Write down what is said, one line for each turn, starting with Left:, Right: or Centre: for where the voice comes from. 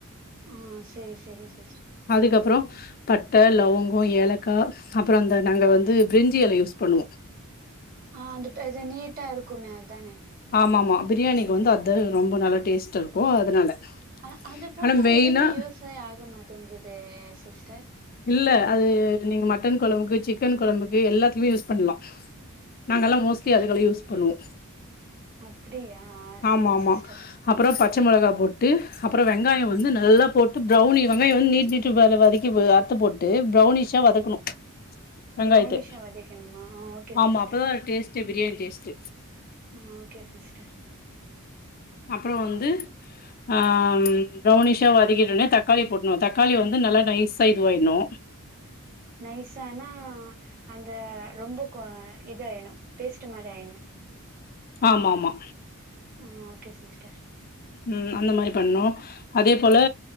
Right: ம் செரி செரி சிஸ்டர்
Left: அதுக்கப்புறோ பட்ட லவுங்கோ ஏலக்கா அப்புறோ அந்த நாங்க வந்து பிரெஞ்சி எலைய யூஸ் பண்ணுவோம்
Right: ஆ அந்த பெர்சா நீட்டா இருக்குமே அதானே
Left: ஆமா ஆமாம் பிரியாணிக்கு வந்து அத்து ரொம்ப நல்லா டேஸ்ட் இருக்கு அதனால
Right: அ அத போட்டா
Left: ஆனா மெயினா
Right: எதுவுமே யூஸே ஆக மாட்டேங்குதே சிஸ்டர்
Left: இல்ல அது நீங்க மட்டன் குழம்புக்கு சிக்கன் குழம்புக்கு எல்லாத்துமே யூஸ் பண்ணலாம் நாங்க எல்லா மோஸ்ட்லி அதுக்கலா
Right: ம்
Left: யூஸ் பண்ணுவோம்
Right: அப்டியா செரி
Left: ஆமா ஆமா
Right: சிஸ்டர்
Left: அப்புறோ பச்ச மிளகா போட்டு அப்புறோ வெங்காயம்
Right: ம்
Left: வந்து நல்லா போட் ட்டு பிரௌனி வெங்காய வந்து நீட் நீட் பா ல வதக்கி அறுத்து போட்டு ட்டு ப்ரௌனிஸ்ஸா வதக்கனு
Right: ம்
Left: வெங்காயத்த
Right: ப்ரௌனிஷா வதக்கணுமா ஆ ஓகே
Left: ஆமா
Right: சிஸ்டர்
Left: அப்பதா டேஸ் ட்டு பிரியாணி டேஸ்ட்டு
Right: ம் ஓகே சிஸ்டர்
Left: அப்புறோ வந்து ஆ பிரரௌனிஷா வதக்கிட்டுனே தக்காளி போடணு தக்காளி வந்து நல்லா நைஸா இதுவாயிடணு
Right: நைஸனா அந்த ரொம்ப கொ இத ஆயிடனும் பேஸ்ட்டு மாதிரி ஆயிடனு
Left: ஆமா ஆமா
Right: ம் ஓகே சிஸ்டர்
Left: ம் அந்த மாரி பண்ணும் அதே போல